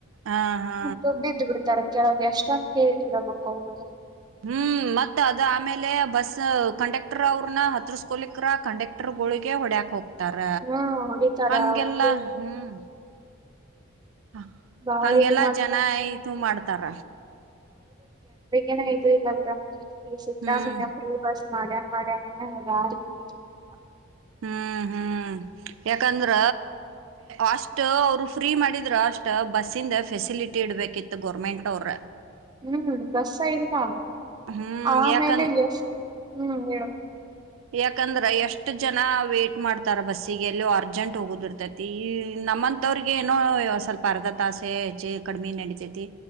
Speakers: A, on the right (about 65°); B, on the right (about 20°).
A: ಹಾ ಹಾ
B: ಮತ್ತೆ ಬಿದ್ದು ಬಿಡ್ತಾರೆ ಕೆಳಗೆ ಎಷ್ಟಂತ ಹೇಳಿ ಇರಬೇಕ ಅವರುರು
A: ಹ್ಮ್ ಮತ್ತತ್ ಅದ್ ಆಮೇಲೆ ಬಸ್ ಕಂಡಕ್ಟರ್ ಅವ್ರನ್ನ ಹತ್ರರ್ಸ್ಕೊಲಿಕ್ರ ಕಂಡಕ್ಟರ್ ಗೋಳಿಗೆ ಹೊಡ್ಯಾಕ್ ಹೋಗ್ತ ತರ
B: ಹ್ಮ ಹೊಡಿತಾರ
A: ಹಗೆಲ್ಲ
B: ಅವ್ರಿಗೆ
A: ಹ್ಮ್ ಹ
B: ಬಾಳ
A: ಹಂಗೆಲ್ಲಾ
B: ಇದು ಮಾಡ್ತಾರ
A: ಜನ ಇತ ಮಾಡ್ತ ತರ
B: ಏನಾಯು ಇಲ್ಲದ್ರ ಸಿದ್ದರಾಮಯ್ಯ
A: ಹ್ಮ್
B: ಪ್ರೀ ಭಾಷ ಮನ್ ಮಾಡಡಾನ ಯಾರಗ ಮಾಡ
A: ಹ್ಮ್ ಹ್ಮ್ ಯಾಕಂದ್ರ ಅಷ್ಟ ಅವರು ಫ್ರೀ ಮಾಡಿದ್ರ ಅಷ್ಟ ಬಸ್ಸಿಂದ ಫೆಸಿಲಿಟಿ ಇಡ್ಬೇಕಿತ್ತು ಗೋರ್ಮೆಂಟ್ ಅವ್ರ
B: ಹ್ಮ್ ಬರ್ಷ ಇಲ್ಲ
A: ಹ್ಮ್
B: ಆಮೇಲೆ
A: ಯಾಕಂದ
B: ಎ ಹ್ಮ್ ಹೇಳ
A: ಯಾಕಂದ್ರ ಎಷ್ಟು ಜನ ವೇಟ್ ಮಾಡ್ತಾರ ಬಸ್ಸಿಗೆ ಎಲ್ಲೋ ಅರ್ಜೆಂಟ್ ಹೋಗುದಿರ್ತೈತಿ ನಮ್ಮಂತವ್ರಗ ಏನೋ ಸ್ವಲ್ಪ ಅರ್ಧ ತಾಸೆ ಕಡಿಮೆ ನಡಿತತಿ